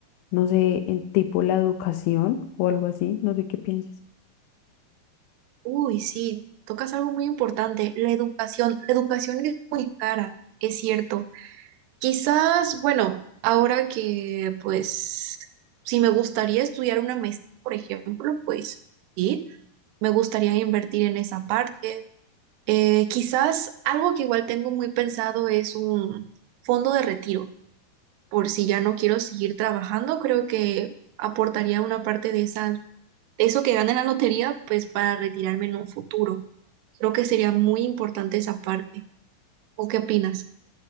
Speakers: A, on the left; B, on the right.
A: no sé, en tipo la educación o algo así, no sé qué pienses.
B: Uy, sí, tocas algo muy importante, la educación. La educación es muy cara, es cierto. Quizás, bueno, ahora que pues si me gustaría estudiar una maestría, por ejemplo, pues sí, me gustaría invertir en esa parte. Eh, quizás algo que igual tengo muy pensado es un fondo de retiro, por si ya no quiero seguir trabajando, creo que aportaría una parte de esa, de eso que gane la lotería, pues para retirarme en un futuro. Creo que sería muy importante esa parte. ¿O qué opinas?